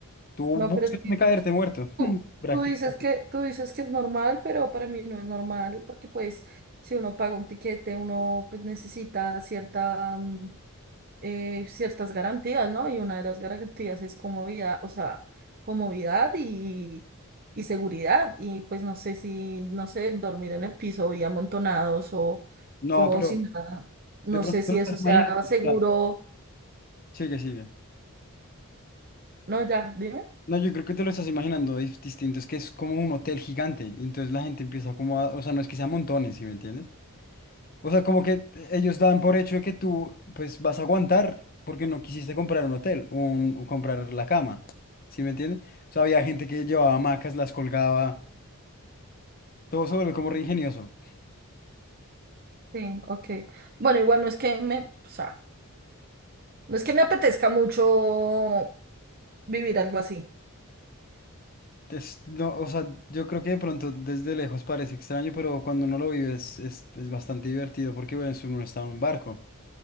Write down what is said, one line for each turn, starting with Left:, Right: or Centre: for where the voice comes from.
Left: Tú
Right: No,
Left: buscas
Right: pero es que
Left: de caerte muerto,
Right: tú,
Left: <laughs> prácticamente.
Right: tú dices que, tú dices que es normal, pero para mí no es normal, porque pues si uno paga un tiquete, uno pues necesita cierta, eh, ciertas garantías, ¿no? Y una de las garantías es comodidad, o sea, comodidad y, y seguridad. Y pues no sé si, no sé, dormir en el piso y amontonados o
Left: No,
Right: como
Left: pero
Right: sin nada. No
Left: de pronto
Right: sé si
Left: te lo estás
Right: eso sea
Left: imaginando.
Right: seguro.
Left: o sea, Sigue, sigue.
Right: No, ya, dime.
Left: No, yo creo que te lo estás imaginando dif- distinto, es que es como un hotel gigante, entonces la gente empieza como a, o sea, no es que sea montones, ¿sí me entiendes? O sea, como que ellos dan por hecho de que tú, pues, vas a aguantar porque no quisiste comprar un hotel, un, o comprar la cama. ¿Sí me entienden? O sea, había gente que llevaba hamacas, las colgaba. Todo se vuelve como re ingenioso.
Right: Sí, ok. Bueno, igual no es que me, o sea, no es que me apetezca mucho vivir algo así.
Left: Es- no, o sea, yo creo que de pronto desde lejos parece extraño, pero cuando uno lo vive es, es, es bastante divertido porque, bueno, uno está en un barco.